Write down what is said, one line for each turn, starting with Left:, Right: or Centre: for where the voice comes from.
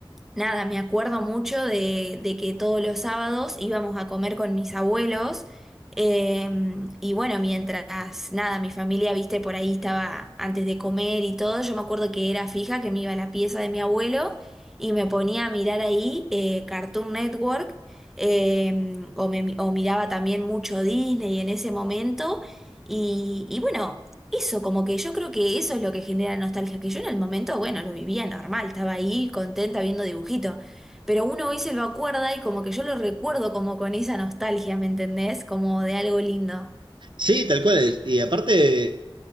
Centre: Nada, me acuerdo mucho de, de que todos los sábados íbamos a comer con mis abuelos eh, y bueno, mientras nada, mi familia, viste, por ahí estaba antes de comer y todo, yo me acuerdo que era fija, que me iba a la pieza de mi abuelo y me ponía a mirar ahí eh, Cartoon Network eh, o, me- o miraba también mucho Disney en ese momento y, y bueno. Eso, como que yo creo que eso es lo que genera nostalgia, que yo en el momento, bueno, lo vivía normal, estaba ahí contenta viendo dibujitos, pero uno hoy se lo acuerda y como que yo lo recuerdo como con esa nostalgia, ¿me entendés? Como de algo lindo.
Right: sí, tal cual. Y aparte,